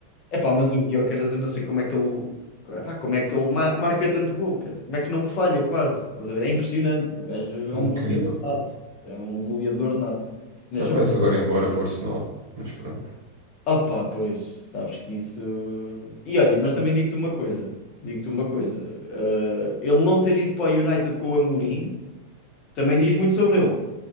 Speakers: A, on the left; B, on the right.
A: Epá, mas o Gyökeres, eu não sei como é que ele, epá, como é que ele ma- marca tanto gol, quer dizer, como é que não falha quase. Estás a ver? É impressionante. O gajo é
B: incrível.
A: um goleador nato.
B: pá.
A: É um goleador nato. Nasceu...
B: Não, Vai-se agora embora para o Arsenal, mas pronto.
A: Opá, pois, sabes que isso. E olha, mas também digo-te uma coisa. Digo-te uma coisa. eh, ele não ter ido para o United com o Amorim também diz muito sobre ele,